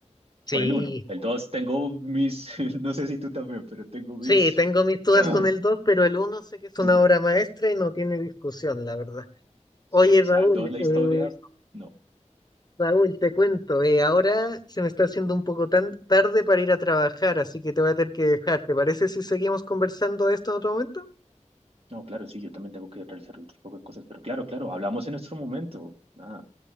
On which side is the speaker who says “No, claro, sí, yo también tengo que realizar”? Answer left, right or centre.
Right